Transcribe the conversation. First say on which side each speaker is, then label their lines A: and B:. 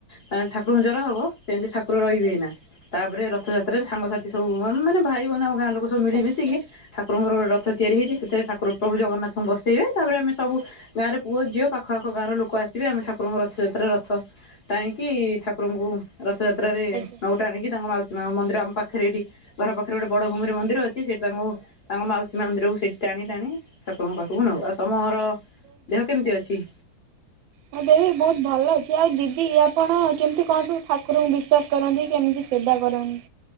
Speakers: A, on the left; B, on the right.
A: ତାଙ୍କ୍ ଠାକୁରଙ୍କୁ ଜର ହବ ସେମତି ଠାକୁର ରହିବେ ଏଇନା। ତାପରେ ରଥଯାତ୍ରାରେ ସାଙ୍ଗସାଥି ସବୁ ମାନେ ଭାଇ ବନ୍ଧୁ ଆମ ଗାଁ ଲୋକ ସବୁ ମିଳି
B: ଆଜ୍ଞା
A: ମିିଶିକି। ଠାକୁରଙ୍କର ଗୋଟେ ରଥ ତିଆରି ହୋଇଛି ସେଥିରେ ଠାକୁର ପ୍ରଭୁ ଜଗନ୍ନାଥଙ୍କୁ ବସେଇବେ ତାପରେ ଆମେ ସବୁ। ଗାଁରେ ପୁଅ ଝିଅ ପାଖଆଖ ଗାଁର ଲୋକ ଆସିବେ ଆମେ ଠାକୁରଙ୍କ ରଥଯାତ୍ରାରେ ରଥ ଟାଣିକି ଠାକୁରଙ୍କୁ ରଥଯାତ୍ରା ରେ
B: ଆଜ୍ଞା
A: ନବୁ ଟାଣିକି ତାଙ୍କ ମାଉସୀ ମା ମନ୍ଦିର ଆମ ପାଖରେ ଏଇଠି ଘର ପାଖରେ ଗୋଟେ ବଡ଼ ଘୂମିର ମନ୍ଦିର ଅଛି ସେଇଠି ତାଙ୍କୁ। ତାଙ୍କ ମାଉସୀ ମା ମନ୍ଦିରକୁ ସେଇଠି ଟାଣି ଟାଣି ଠାକୁରଙ୍କ ପାଖକୁ ନେଉ, ଆଉ ତମର ଦେହ କେମିତି ଅଛି?
B: ମୋ ଦେହ ବି ବହୁତ ଭଲ ଅଛି ଆଉ ଦିଦି ଆପଣ କେମିତି କଣ ସବୁ ଠାକୁରଙ୍କୁ ବିଶ୍ଵାସ କରନ୍ତି କେମିତି ସେବା କରନ୍ତି।